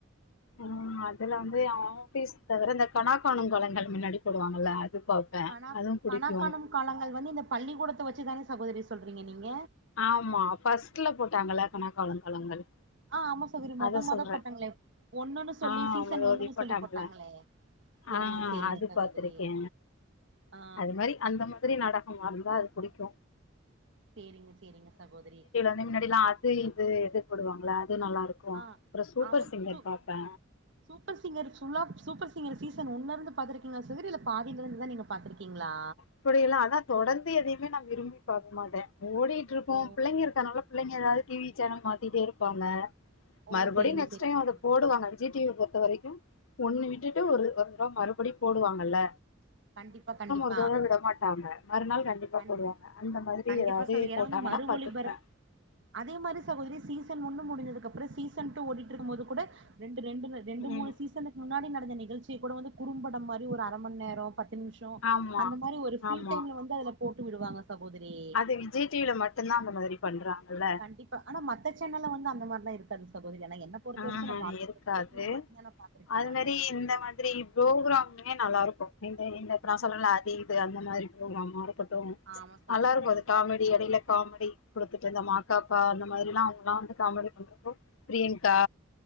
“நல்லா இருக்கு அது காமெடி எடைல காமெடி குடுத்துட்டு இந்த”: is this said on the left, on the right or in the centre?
Left